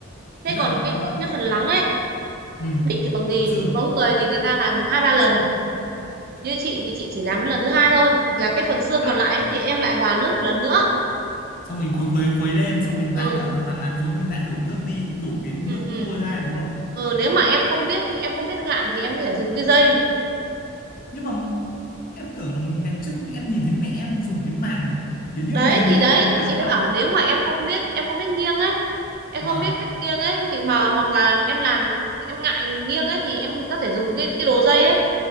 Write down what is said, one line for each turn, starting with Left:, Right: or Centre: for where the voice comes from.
Right: thế
Left: Thế là
Right: còn cái
Left: đợi
Right: cái, cái phần lắng ấy
Left: ừ,
Right: bình thường thì
Left: là xương.
Right: có người thì người ta làm hai ba lần như chị thì chị chỉ làm đến lần thứ hai thôi là cái phần xương
Left: À,
Right: còn lại ấy, thì em lại hòa nước một lần nữa
Left: xong mình khuấy khuấy khuấy lên xong mình
Right: ừ.
Left: lại đợi nó lăn lăn xuống mình lại đổ nước đi, đổ cái nước
Right: ừ ừ
Left: cua ra đúng không?
Right: ừ nếu mà em không biết em không biết gạn thì em có thể dùng cái dây
Left: Nhưng mà em tưởng là ngày trước em nhìn thấy mẹ em dùng cái màng kiểu như
Right: đấy
Left: lưới lưới
Right: thì đấy
Left: lọc
Right: thì chị
Left: lọc.
Right: mới bảo là nếu mà em không biết em không biết nghiêng ấy em
Left: Vâng,
Right: không biết cách nghiêng ấy thì mà hoặc là em làm em ngại nghiêng ấy thì em có thể dùng cái cái đồ dây ấy